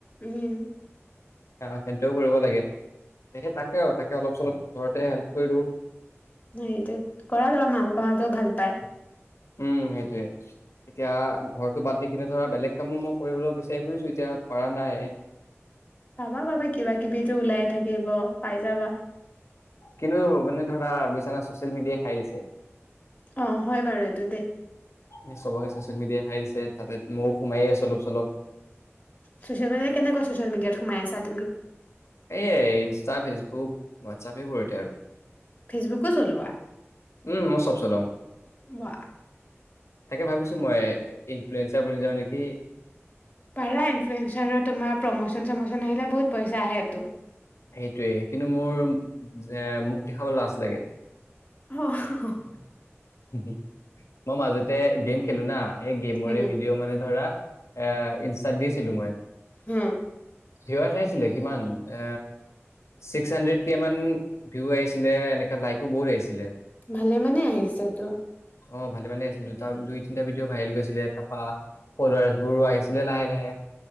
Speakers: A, on the left; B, on the left.
A: উম।
B: অহ, সেনতেও কৰিব লাগে সে তাকে আৰু তাকে অলপ চলপ ঘৰতে হেল্প কৰিলো।
A: ন' এইটো কৰা ল'ৰা মা পাপাহঁতেও ভাল পায়।
B: উম, সেইটোৱেই। এতিয়া ঘৰটো বাদ দি কিনে ধৰা বেলেগ কামো মই কৰিবলৈ বিচাৰি ফুৰিছো এতিয়া পৰা নাই।
A: পাবা পাবা কিবা কিবিটো ওলাইে থাকিব পাই যাবা।
B: কিন্তু মানে ধৰা বিছানা চচিয়েল মিডিয়াই খাই দিছে।
A: অ', হয় বাৰু এইটো দেই।
B: এই চবকে চচিয়েল মিডিয়া খাই দিছে তাতে ময়ো সোমাইে আছো অলপ চলপ।
A: চচিয়েল মিডিয়াত কেনেকুৱা চচিয়েল মিডিয়াত সোমাই আছা তুমি?
B: এইয় ইনষ্টা, ফেচবুক, হোৱাটছাপ সেইবোৰ এতিয়া আৰু।
A: ফেচবুকো চলোৱা
B: উম মই চব চলাও
A: ৱা।
B: তাকে ভাবিছো মই ইনফ্লুৱেঞ্চাৰ বনি যাওঁ নেকি
A: পাৰা ইনফ্লয়েঞ্চাৰ তোমাৰ প্ৰমচ চমচন আহিলে বহুত পইচা আহে টো।
B: সেইটোৱে কিন্তু মোৰ যে মুখ দেখাবলৈ লাজ লাগে।
A: অ'।
B: <inaudible> মই মাজতে গেম খেলো না এই গেমৰে
A: উম,
B: ভিডিঅ' মানে ধৰা এ ইনষ্টাদ দিছিলো মই।
A: হম।
B: ভিউআৰছ আহিছিলে কিমান এ ছিক্স হাণ্ড্ৰেড কে মান ভিউ আহিছিলে এনেকে লাইকো বহুত আহিছিলে।
A: ভালে মানে আহিছে তো।
B: অ', ভালে মানে আহিছিল দুটা দুই তিনিটা ভিডিঅ' ভাইৰেল গৈছিলে তাৰপা ফলোৱাৰ্চ বোৰো আহিছিলে লাহে লাহে।